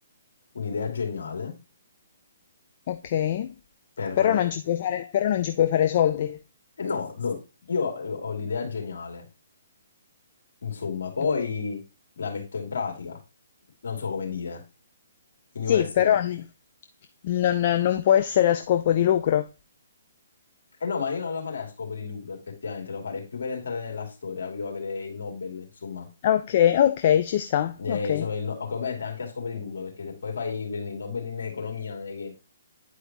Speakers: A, on the left; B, on the left.
A: un'idea geniale
B: ok.
A: per,
B: Però non ci puoi fare, però non ci puoi fare soldi.
A: Eh no, no, io eh, ho l'idea geniale, insomma, poi
B: Ok.
A: la metto in pratica, non so come dire, quindi
B: Sì,
A: può essere...
B: però n- non, non può essere a scopo di lucro.
A: Eh no, ma io non la farei a scopo di lucro, effettivamente, lo farei più per entrare nella storia, capito? Avere il Nobel, insomma.
B: Ok, ok, ci sta,
A: Eh,
B: ok.
A: sono il no- ok, Ovviamente anche a scopo di lucro, perché se poi fai prendi il Nobel in economia non è che